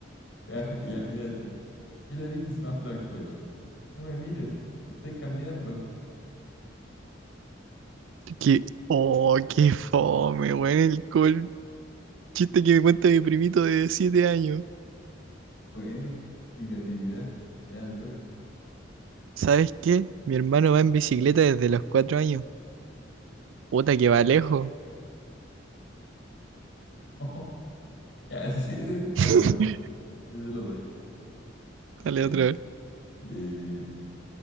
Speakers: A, on the left (about 70°); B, on the right (about 75°).
A: Ya, ya, mírate. ¿Qué le dijo un semáforo al coche? No me mires, me estoy cambiando.
B: Que, Oh, qué fome, weón, el colpo Chiste que me cuenta mi primito de siete años.
A: Bueno, mi creatividad. Ya te toca.
B: ¿Sabes qué? Mi hermano va en bicicleta desde los cuatro años. Puta que va lejos.
A: <laughs> Ya, ese, sí ese sí está
B: <laughs>
A: bueno. Ese lo doy.
B: Dale
A: Ya.
B: otra vez.
A: Eh,